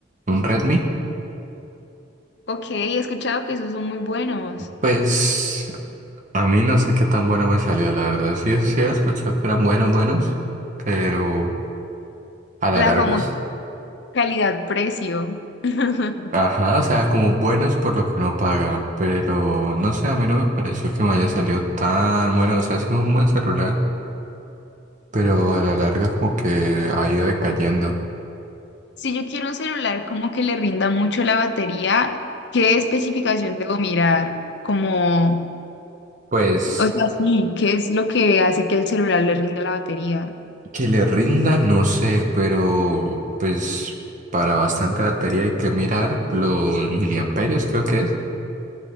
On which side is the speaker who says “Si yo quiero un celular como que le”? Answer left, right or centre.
Left